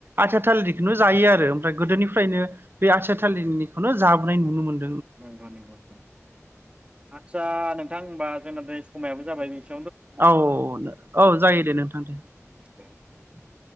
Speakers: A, on the right; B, on the right.
A: आथिया थालिरखौनो जायो आरो । गोदोनिफ्रायनो बे आथिया--। थालिरनिखौनो जाबोनाय नुनो मोनो ।
B: नंगौ नंगौ आच्छ दा नोंथां होनबा जोंना बे समायाबो जाबाय बेसे
A: औ औ जायो दे नोंथां दे ।
B: दे